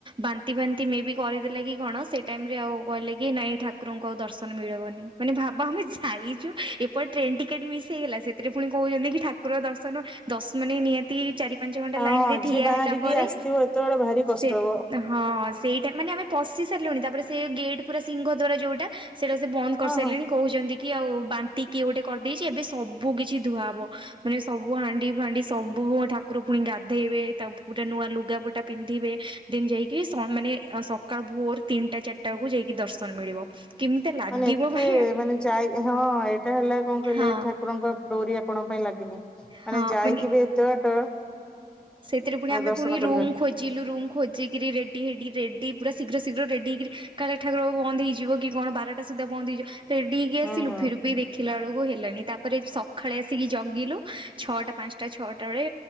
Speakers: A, on the right (about 30°); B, in the centre.
A: ବାନ୍ତି ବାନ୍ତି ମେ ଵି କରିଦେଲା କି କଣ ଟାଇମ ରେ ଆଉ କହିଲେ କି ନାଇଁ ଠାକୁରଙ୍କୁ ଆଉ ଦର୍ଶନ ମିଳିବନି ମାନେ ଭାବ ଆମେ ଯାଇଛୁ ଏପଟେ ଟ୍ରେନ୍ ଟିକେଟ ମିସ୍ ହେଇଗଲା ସେଥିରେ ପୁଣି କହୁଚନ୍ତି କି ଠାକୁର ଦର୍ଶନ ଦଶ ମାନ ନିହାତି ଚାରି ପାଞ୍ଚ ଘଣ୍ଟା ଲାଇନ
B: ହଁ
A: ରେ ଠିଆ
B: ଯିଏ ବାହାରିକି
A: ହେଲା ପରେ
B: ଆସିଥିବ ଏତେବେଳେ ଭାରି କଷ୍ଟ
A: ସେ
B: ହବ
A: ହଁ ସେଇଟା ମାନେ ଆମେ ପଶି ସାରିଲୁଣି ତାପରେ ସେ ଗେଟ୍ ପୁରା ସିଂହ ଦ୍ୱାର ଯୋଉଟା ସେଇଟା ସେ ବନ୍ଦ କରିସାରିଲଣି
B: ହଁ ହଁ
A: କହୁଛନ୍ତି କି ଆଉ ବା ତିିକି ଗୋଟେ କରିଦେଇଚି ଏବେ ସବୁ କିଛି ଧୁଆ ହବ ମାନେ ସବୁ ହାଣ୍ଡି ଫାଣ୍ଡି ସବୁ ଠା ଠାକୁର ପୁଣି ଗାଧେଇବେ ତା ଗୋଟେ ନୂଆ ଲୁଗାପୁଟା ପିନ୍ଧିବେ ଦେନ୍ ଯାଇକି ସ ମାନେ ସ ସକାଳ ଭୋଅର ତିନିଟା ଚାରିଟା ବେଳକୁ ଯାଇକି ଦର୍ଶନ ମିଳିବ। କେମିତି ଲାଗିବ
B: ମାନେ ଏତେ
A: ଭାଇ
B: ମାନେ ଯାଇ ହଁ ସେଟା ହେଲା କଣ କହିଲେ
A: ହଁ
B: ଠାକୁରଙ୍କ ଡୋରି ଆପଣଙ୍କ ପାଇଁ ଲାଗିନି ମାନେ
A: ହଁ
B: ଯାଇକିବି
A: ମାନେ
B: ଏତେ ବାଟ
A: ସେଥିରେ ପୁଣି
B: ଆଉ
A: ଆମେ
B: ଦର୍ଶନ
A: ପୁଣି
B: କରିପାରୁ
A: ରୁମ୍ ଖୋ ଖୋଜିଲୁ ରୁମ୍ ଖୋଜିକି ରେଡ଼ି ହେଇ ରେଡ଼ି ପୁରା ଶୀଘ୍ର ଶୀଘ୍ର ରେଡ଼ି ହୋଇକିରି କାଳେ ଠାକୁର ବନ୍ଦହେଇ ଯିବ କି କଣ ବାର ସୁଦ୍ଧା ବନ୍ଦହେଇଯିବ। ରେଡିି ହେଇକି
B: ହୁଁ
A: ଆସିଲୁ
B: ହୁଁ
A: ଫିର ବି ଦେଖି ଦେଖିଲା ଵେଳ କୁ ହେଲାନି ତାପରେ ସକାଳେ ଆସିକି ଜଗିଲୁ ଛଅଟା ପାଞ୍ଚଟା ଛଅଟା ବେଳେ